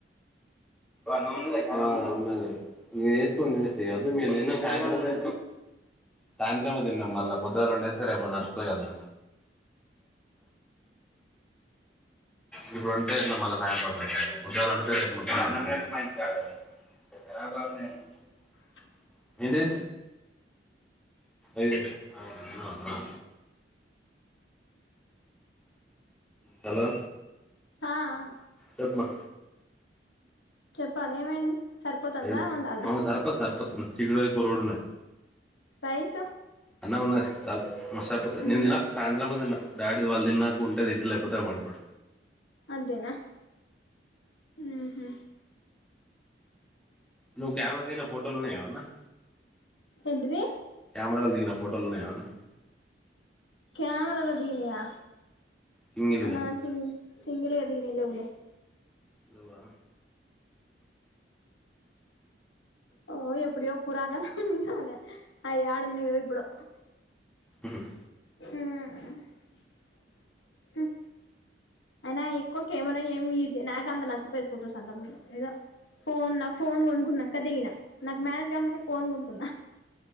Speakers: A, in the centre; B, on the left (about 85°).
A: ఆ ఉన్నది వేసుకుని తినేసెయ్యి అదో మేం తిన్నది సాయంత్రమే సాయంత్రమే తిన్నాం మళ్ళా పొద్దుళ్ళ వండేస్తే రేపు నడుతది ఇప్పుడు వండుతే ఎట్ మళ్ళీ సాయంత్రం కదండి పొద్దులు వండితే రేపు మొత్తం <unintelligible>
B: <inaudible>
A: ఏంటిది ఏదీ ఆ ఆ హలో
B: త ఆ ఆ
A: చెప్ప్ మా
B: చెప్పాలి ఏమైంది సరిపోతుందా
A: ఏం
B: ఉండాలన
A: సరిపోతుంది సరిపోతుంది చిక్కుడుకాయ కూర కూడా ఉన్నది
B: రైస్
A: అన్నం ఉన్నాది చల్ మస్తాయిపోతయి నిను
B: ఉహు
A: తిన సాయంత్రం ము తిన్న డాడీ ది వాళ్ళది తిన్నాక ఉంటాది ఇంట్లో అయిపొతానే వాడుకుంటా
B: అంతేనా ఉహు
A: నువ్వు కెమెరా దిగిన ఫోటోలు ఉన్నాయ ఎవన్నా అన్న
B: ఏంటిది
A: కెమెరాలో దిగిన ఫోటోలో ఉన్నాయా ఏవన్నా
B: క్యామరలొ దిగినవా
A: సింగిల్గా
B: అమాన్ సింగ్ సింగిల్ గా దిగినివి లేవులే
A: ఉహు
B: ఓ ఎప్పుడిదొ కూర కు అన్నం తినేలే అయి యాడున్నాయో ఇప్పుడు
A: మ్మ్
B: మూ <inaudible> హ్మ్ అయినా ఎక్కువ కెమెరా ఏమి యూ నాక అంత నచ్చపోది ఫొటోస్ అంతా ఏదో ఫోన్ నా ఫోన్ కొనుక్కున్నాంకా దిగిన నాకు మ్యారేజ్ కాకముందే ఫోన్ కొనుక్కున్నా